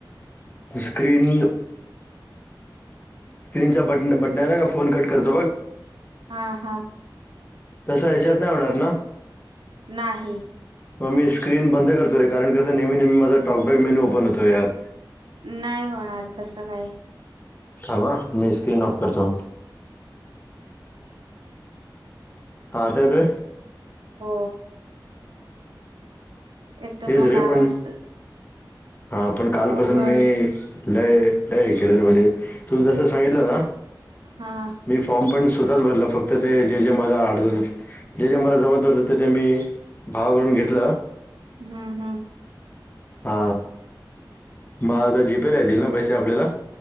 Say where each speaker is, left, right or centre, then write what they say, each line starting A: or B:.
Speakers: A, on the left (about 25°); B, on the right (about 80°).
A: स्क्रीन स्क्रीनच्या बट बटन आहे ना का फोन कट करतो बघ
B: हा हा
A: तसं याच्यात नाय होणार ना?
B: नाही!
A: मग मी स्क्रीन बंद करतो रे कारण कस नेहमी नेहमी माझा टॉकबॅगमेन्यू ओपन होतोय यात.
B: नाही होणार तसं काय.
A: थांब हा मी स्क्रीन ऑफ करतो. हा ते दे.
B: हो येतो
A: तेच
B: मला
A: रे पण
B: आवाज.
A: हा पण कालपासून
B: अवघड
A: मी लय लय केलेलं म्हणजे तू जसं सांगितलं ना
B: हा
A: मी फॉर्म पण स्वतःच भरल फक्त ते जे जे माझ आडनाव जे जे मला जमत ते मी भाव कडून घेतलं.
B: हम् हम्
A: हा मग आता जीपेला येतील ना पैसे आपल्याला.